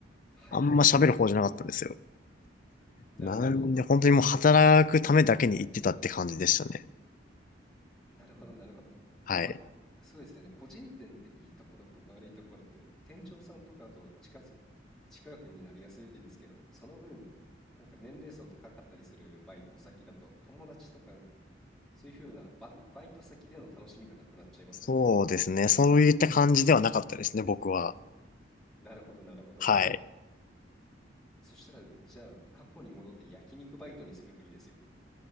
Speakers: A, in the centre; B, on the left.
A: はいはい。
B: あんま喋る方じゃなかったんですよ。
A: なるほど。
B: なんで、本当にもう働くためだけに行ってたって感じでしたね。
A: なるほどなるほど。
B: はい。
A: わそうですよね。個人店っていいところと悪いところって、店長さんとかと近づ近くになりやすいですけど、その分、なんか年齢層高かったりするバイト先だと、友達とか、そういう風なバイバイト先での楽しみがなくなっちゃいますよね。
B: そうですね。そういった感じではなかったですね、僕は。
A: なるほどなるほど。
B: はい。
A: そしたら、じゃあ、過去に戻って焼肉バイトにするといいですよ。